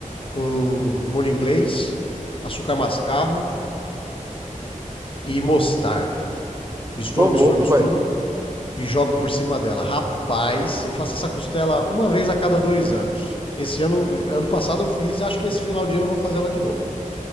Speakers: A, on the left; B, on the right.
A: com molho inglês, açúcar mascavo e mostarda. Misturo,
B: Ô, louco,
A: misturo, misturo
B: vai.
A: e jogo por cima dela. Rapaz, eu faço essa costela uma vez a cada dois anos. Esse ano, ano passado eu fiz, acho que esse final de ano eu vou fazer ela de novo.